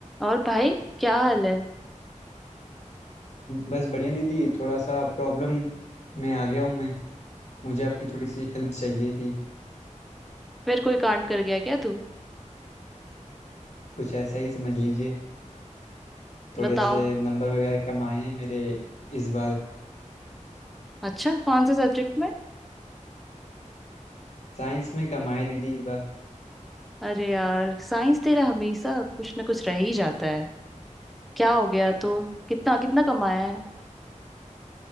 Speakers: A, in the centre; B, on the left (about 60°).
A: और भाई क्या हाल है
B: बस बढ़िया दीदी थोड़ा सा प्रॉब्लम में आ गया हूँ मैं मुझे आपकी थोड़ी सी हेल्प चाहिए थी
A: फिर कोई कांड कर गया क्या तू
B: कुछ ऐसा ही समझ लीजिए थोड़े
A: बताओ
B: से नंबर वगैरह कम आए हैं मेरे इस बार
A: अच्छा कौन से सब्जेक्ट में
B: साइंस में कम आए दीदी इस बार
A: अरे यार साइंस तेरा हमेशा कुछ ना कुछ रह ही जाता है क्या हो गया तो कितना कितना कमाया है